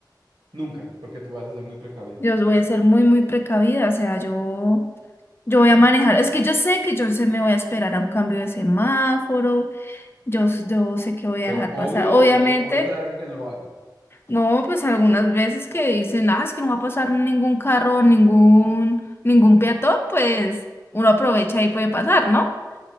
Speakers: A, on the right; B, on the left.
A: Nunca, porque tú vas a ser muy precavido.
B: Yo voy a ser muy, muy precavida, o sea, yo, yo voy a manejar, es que yo sé que yo se me voy a esperar a un cambio de semáforo. Yo, s- yo sé que voy a
A: Pues
B: dejar
A: obvio,
B: pasar. Obviamente,
A: o, o conoces a alguien que no lo haga.
B: No, pues algunas veces que dicen, ah, es que no va a pasar ningún carro, ningún, ningún peatón, pues uno aprovecha y puede pasar, ¿no?